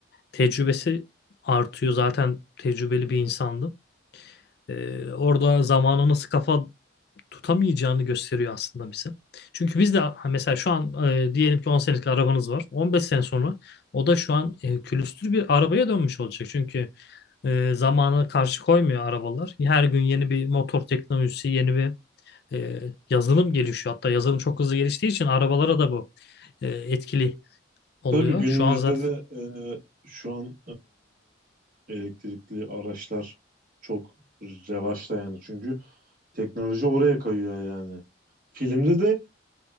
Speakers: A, on the left; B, on the right.
A: Tecrübesi artıyor. Zaten tecrübeli bir insandı. Ee, orada zamana nasıl kafa tutamayacağını gösteriyor aslında bize. Çünkü biz de ha, mesela şu an e, diyelim ki 10 senelik arabanız var. on beş sene sonra o da şu an e, külüstür bir arabaya dönmüş olacak. Çünkü e, zamana karşı koymuyor arabalar. Her gün yeni bir motor teknolojisi, yeni bir e, yazılım gelişiyor. Hatta yazılım çok hızlı geliştiği için arabalara da bu e, etkili oluyor.
B: Tabii günümüzde
A: Şu an zaten
B: de e, şu an e, elektrikli araçlar çok revaçta yani. Çünkü teknoloji oraya kayıyor yani. Filmde de